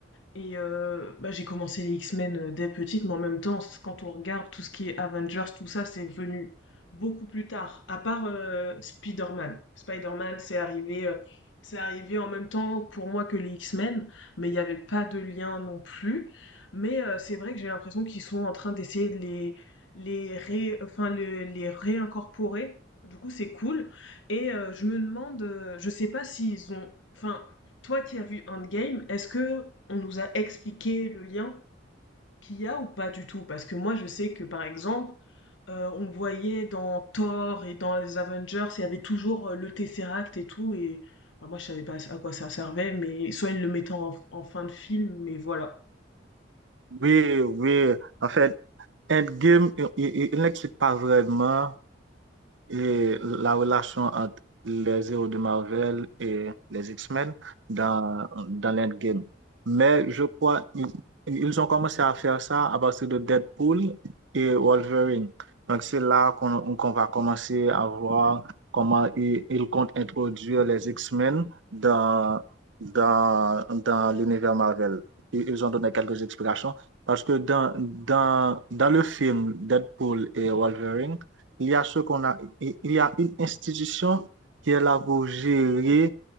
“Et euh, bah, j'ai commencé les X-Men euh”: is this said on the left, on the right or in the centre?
Left